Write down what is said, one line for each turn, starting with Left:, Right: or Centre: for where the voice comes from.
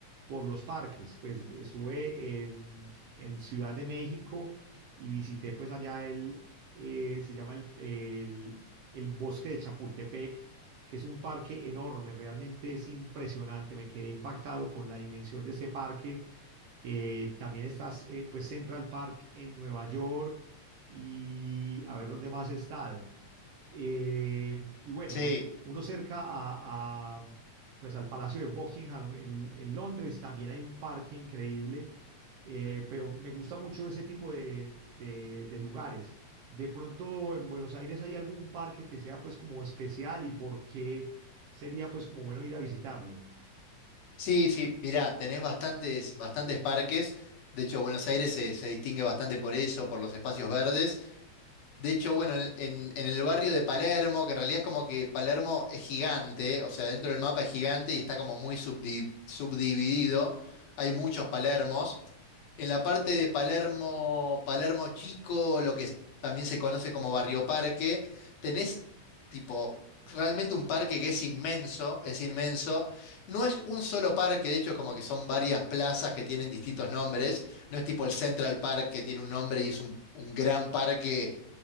Right: por los parques, pues estuve en, en Ciudad de México y visité pues allá el, eh, se llama el, el el bosque de Chapultepec que es un parque enorme, realmente es impresionante, me quedé impactado con la dimensión de este parque. Eh, también está eh, pues Central Park en Nueva York y a ver dónde más he estado. Eh, y bueno,
Left: Sí,
Right: pues uno cerca a, a, pues al Palacio de Buckingham en, en Londres también hay un parque increíble eh, pero me gusta mucho ese tipo de, de- de lugares. De pronto en Buenos Aires hay algún parque que sea pues como especial y por qué sería pues como bueno ir a visitarlo.
Left: sí, sí. Mirá, tenés bastantes, bastantes parques. De hecho, Buenos Aires se, se distingue bastante por eso, por los espacios verdes. De hecho, bueno, en, en- en el barrio de Palermo, que en realidad es como que Palermo es gigante, o sea, dentro del mapa es gigante y está como muy subdi- subdividido. Hay muchos Palermos. En la parte de Palermo, Palermo Chico, lo que es- también se conoce como Barrio Parque, tenés tipo realmente un parque que es inmenso, es inmenso. No es un solo parque, de hecho es como que son varias plazas que tienen distintos nombres. No es tipo el Central Park que tiene un nombre y es un, un gran parque